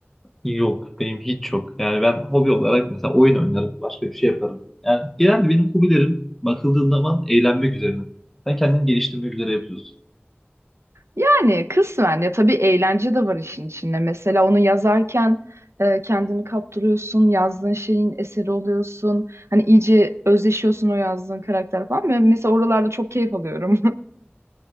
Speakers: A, in the centre; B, on the right.
A: Yok. Benim hiç yok. Yani ben hobi olarak mesela oyun oynarım. Başka bir şey yaparım. Yani genelde benim hobilerim bakıldığında zaman eğlenmek üzerine. Sen kendini geliştirmek üzere yapıyorsun.
B: Yani kısmen ya tabii eğlence de var işin içinde. Mesela onu yazarken e, kendini kaptırıyorsun, yazdığın şeyin eseri oluyorsun. Hani iyice özleşiyorsun o yazdığın karakter falan. Ben mesela oralarda çok keyif alıyorum.